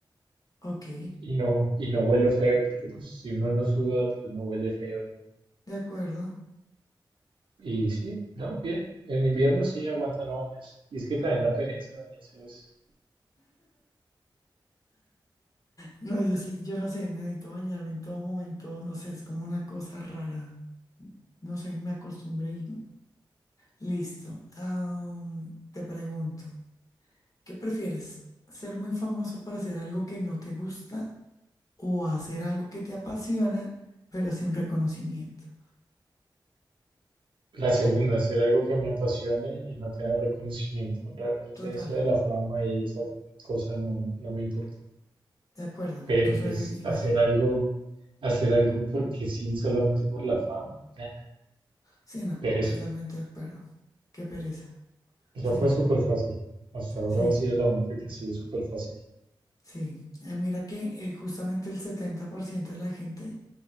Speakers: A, on the left; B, on the right.
A: Ok.
B: Y no, y no huelo feo, porque pues si uno no suda, pues no huele feo.
A: De acuerdo.
B: Y sí, no, bien. En invierno sí aguanta no bañarse. Y es que también da pereza bañarse. pues.
A: No, yo sí, yo no sé, me necesito bañarme en todo momento, no sé, es como una cosa rara. No sé, me acostumbré y listo. Am, te pregunto, ¿qué prefieres? ¿Ser muy famoso por hacer algo que no te gusta o hacer algo que te apasiona, pero sin reconocimiento?
B: La segunda, hacer algo que me apasione y no tener reconocimiento. Realmente
A: Total,
B: eso de la fama y esa cosa no, no me importa.
A: de acuerdo,
B: Pero
A: yo soy
B: pues
A: igual.
B: hacer algo, hacer algo porque sí, solamente por la fama, nah,
A: Sí, no,
B: pero eso
A: totalmente de acuerdo. Qué pereza.
B: Eso
A: Sí,
B: fue
A: no,
B: súper fácil. Hasta ahora
A: sí,
B: ha sido la única que ha sido súper fácil.
A: sí. Eh, mira que eh, justamente el 70% de la gente